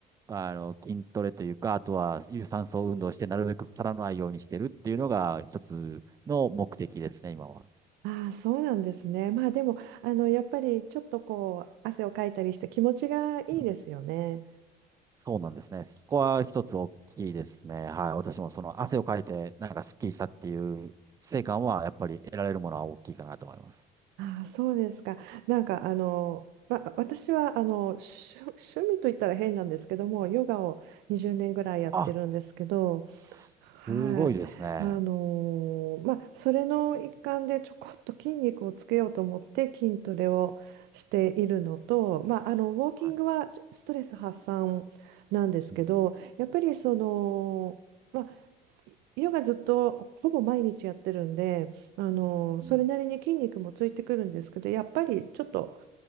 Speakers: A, on the right (about 20°); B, on the right (about 85°).
A: あの、筋トレというか、あとは有酸素運動して、なるべく足らないようにしてるっていうのが一つの目的ですね、今は。
B: ああ、そうなんですね。まあでも、あの、やっぱりちょっとこう、汗をかいたりして気持ちがいいですよね。
A: うんそうなんですね。そこは一つ大きいですね。はい。私もその汗をかいて、なんかスッキリしたっていう成果は、やっぱり得られるものは大きいかなと思います。
B: ああ、そうですか。なんか、あの、まあ、私は、あの、趣、趣味と言ったら変なんですけども、ヨガを20年ぐらいやってるんですけど、
A: あす
B: はい、
A: ごいですね。
B: あのーまあそれの一環でちょこっと筋肉をつけようと思って筋トレをしているのと、まあ、あのウォーキングはちょストレス発散なんですけどやっぱりその、
A: はい。うん。
B: まあ、ヨガずっとほぼ毎日やってるんで、あのーそれなりに筋肉もついてくるんですけどやっぱりちょっと
A: うん。